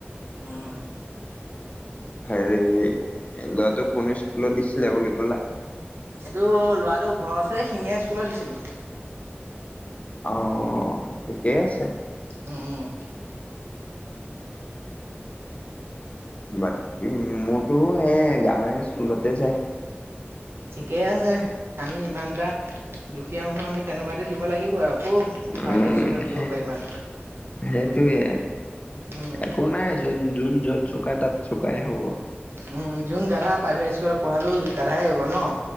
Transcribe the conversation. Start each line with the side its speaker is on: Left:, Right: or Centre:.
Right: উম।
Left: হেৰি লৰাটোক কোন স্কুলত দিছিলা বুলি ক'লা?
Right: এইটো ল'ৰাটো ঘৰৰ ওচৰৰে শিঙীয়া স্কুলত দিছিলো।
Left: অ ঠিকেই আছে।
Right: উম।
Left: বাকী মোৰটো সেই গাঁৱৰ স্কুলতে যায়।
Right: ঠিকেই আছে। আমি ইমান এটা দুখীয়া মানুহ আমি তেনেকুৱাতে দিব লাগিব আৰু। কৰ
Left: উম
Right: প্ৰাইভেট স্কুলত দিব
Left: সে
Right: পাৰিবা।
Left: সেইটোৱে
Right: উম
Left: একো নাই। যোন যোন যত চোকা তাত চোকাই হ'ব।
Right: উম যোন গাধা প্ৰাইভেট স্কুলত পঢ়ালেও গাধাই হ'ব ন?